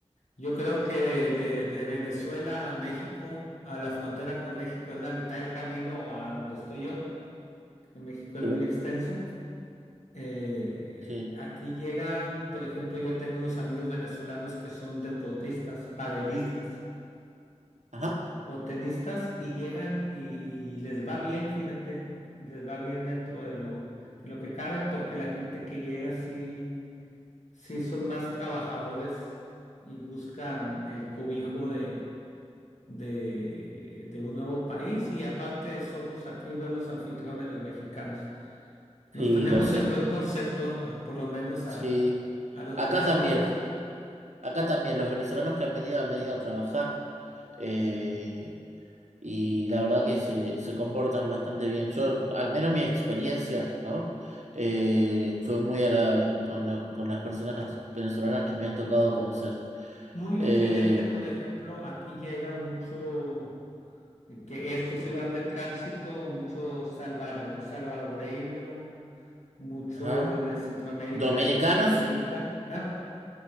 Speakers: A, on the left; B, on the right.
A: Yo creo que de, de- de Venezuela a México, a la frontera con México, es la mitad del camino a donde estoy yo. que México es
B: sí,
A: muy extenso. Eh,
B: sí.
A: aquí llegan, por ejemplo, yo tengo unos amigos venezolanos que son deportistas, padelistas
B: Ajá,
A: o tenistas y llegan y, y les va bien, fíjate, les va bien dentro de lo, de lo que cabe porque la gente que llega sí, sí son más trabajadores y buscan el cobijo de de, de un nuevo país y aparte somos aquí buenos anfitriones los mexicanos. Los
B: sí,
A: tenemos
B: lo sé.
A: en buen concepto, ah, por lo menos
B: Sí.
A: a, a los
B: Acá
A: venezolanos.
B: también, acá también, los venezolanos que han venido han venido a trabajar. Eh, Y la verdad que se, se comportan bastante bien. Yo, al menos mi experiencia, ¿no? Eh, fue muy agradable con, lo- con las personas venezolanas que me han tocado conocer.
A: Muy diferente,
B: Eh,
A: por ejemplo, aquí llega mucho, eh, que estos iban de tránsito, mucho salvar- salvadoreño, mucho
B: ajá.
A: de Centroamérica,
B: Dominicanos,
A: de Costa Rica. ¿Ah?